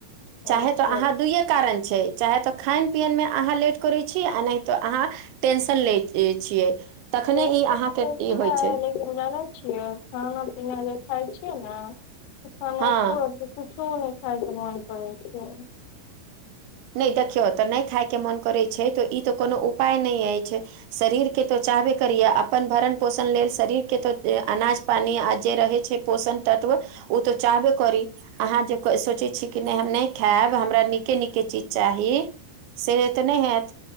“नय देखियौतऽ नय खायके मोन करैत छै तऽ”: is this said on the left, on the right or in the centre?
Right